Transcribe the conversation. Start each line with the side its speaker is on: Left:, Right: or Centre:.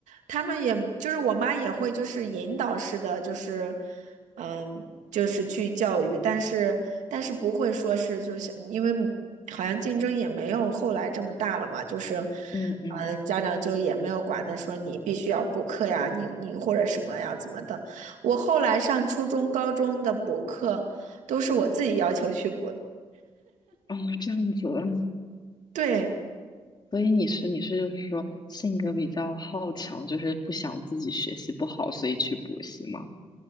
Right: 他们也就是我妈也会就是引导式的，就是嗯，就是去教育，但是但是不会说是就是因为好像竞争也没有后来这么大了嘛，就是
Left: 嗯嗯，
Right: 嗯，家长就也没有管的说你必须要补课呀，你你或者什么呀怎么的。我后来上初中、高中的补课都是我自己要求去补，
Left: 哦，这样子，<laughs>
Right: 对。
Left: 所以你是你是就是说性格比较好强，就是不想自己学习不好，所以去补习吗？